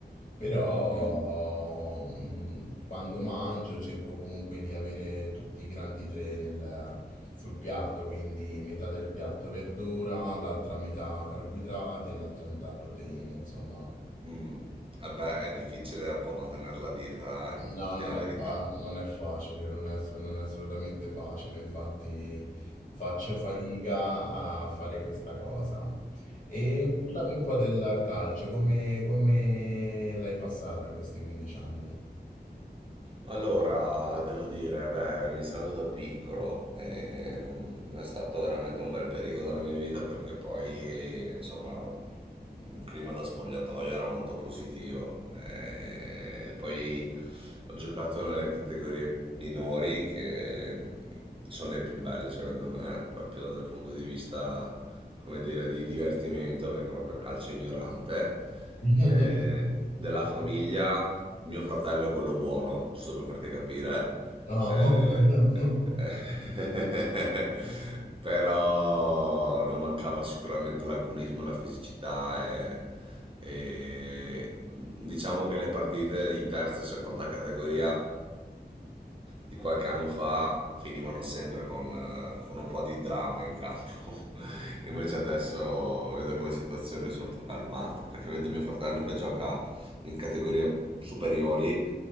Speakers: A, on the left (about 45°); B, on the right (about 30°).
A: Però
B: Mm.
A: mh, quando mangio cerco comunque di avere tutti i grandi tre nel- sul piatto, quindi metà del piatto verdura, l'altra metà carboidrati e l'altra metà proteine, insomma.
B: Mm. Eh beh, è difficile un po' mantenere la dieta, eh,
A: No,
B: della
A: non è,
B: verità.
A: fa- non è facile, non è, non è assolutamente facile, infatti faccio fatica a fare questa cosa. E parlami un po' del calcio, come, come l'hai passata questi 15 anni?
B: Allora, devo dire, beh, ho iniziato da piccolo, e, mm, è stato veramente un bel periodo della mia vita perché poi, insomma, un clima da spogliatoio era molto positivo. E poi ho giocato nelle categorie minori che sono le più belle secondo me, proprio dal punto di vista, come dire, di divertimento, perché è proprio calcio ignorante.
A: <laughs>
B: Eh, della famiglia mio fratello è quello buono, giusto per farti capire.
A: No.
B: Eh,
A: <laughs>
B: eh, <laughs> però non mancava sicuramente l'agonismo, la fisicità e, e diciamo che le partite di terza e seconda categoria di qualche anno fa finivano sempre con, eh, con un po' di dramma in campo. <laughs> Invece adesso vedo che la situazione si è un po' calmata, perché vedo mio fratello che gioca in categorie superiori